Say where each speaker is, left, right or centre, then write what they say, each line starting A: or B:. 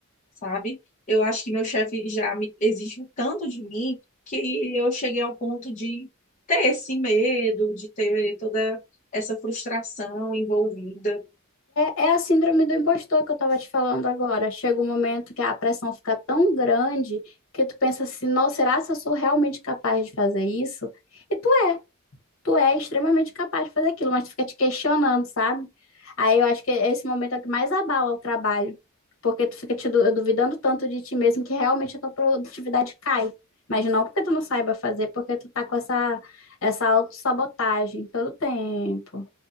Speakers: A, on the left; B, on the left.
A: sabe? Eu acho que meu chefe já me exige um tanto de mim que eu cheguei ao ponto de ter esse medo, de ter toda essa frustração envolvida.
B: É, é a síndrome do impostor que eu tava te falando agora. Chega um momento que a pressão fica tão grande que tu pensa assim, nossa, será que eu sou realmente capaz de fazer isso? E tu é, tu é extremamente capaz de fazer aquilo, mas tu fica te questionando, sabe? Aí eu acho que esse momento é o que mais abala o trabalho, porque tu fica te du- duvidando tanto de ti mesmo que realmente a tua produtividade cai. Mas não porque tu não saiba fazer, porque tu tá com essa, essa autossabotagem todo tempo.